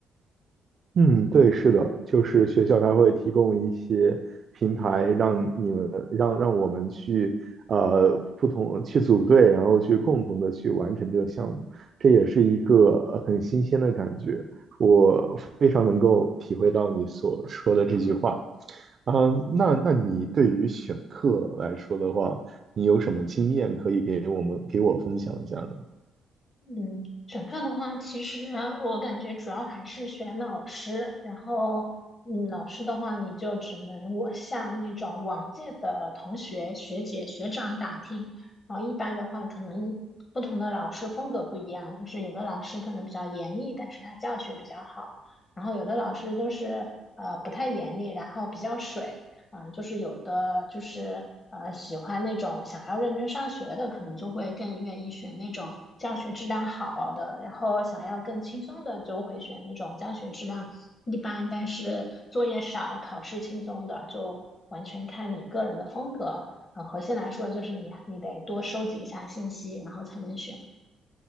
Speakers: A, on the right; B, on the left.
A: 嗯，对，是的，就是学校它会提供一些平台，让你们让让我们去呃不同去组队，然后去共同的去完成这个项目，这也是一个呃很新鲜的感觉。我非常能够体会到你所说的这句话。嗯，那那你对于选课来说的话，你有什么经验可以给我们给我分享一下呢？
B: 嗯，选课的话，其实我感觉主要还是选老师，然后，嗯，老师的话，你就只能我向那种往届的同学、学姐、学长打听，然后一般的话，可能不同的老师风格不一样，就是有的老师可能比较严厉，但是他教学比较好，然后有的老师就是呃不太严厉，然后比较水。嗯、呃就是有的就是呃喜欢那种想要认真上学的，可能就会更愿意选那种教学质量好的，然后想要更轻松的就会选那种教学质量一般，但是作业少、考试轻松的，就完全看你个人的风格。啊呃，核心来说就是你你得多收集一下信息，然后才能选。